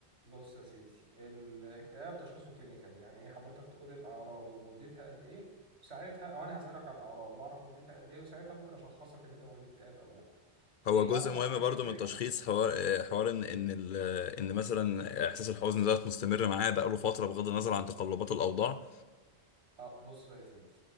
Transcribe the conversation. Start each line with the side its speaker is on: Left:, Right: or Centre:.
Right: بص يا سيدي الاكتئاب تشخيصه كلينيكال يعني ايه حضرتك تقول الاعراض ومدتها قد ايه وساعتها او انا هسالك على الاعراض واعرف مدتها قد ايه وساعتها ممكن اشخصك ان انت مريض اكتئاب او لا في
Left: هو جزء
Right: اربع
Left: مهم
Right: كريتيريا
Left: برضو من تشخيص حوار آه، حوار ان ان ال- آه، ان مثلا احساس الحزن ده مستمر معاه بقاله فتره بغض النظر عن تقلبات الاوضاع
Right: اه بص بقى يا سيدي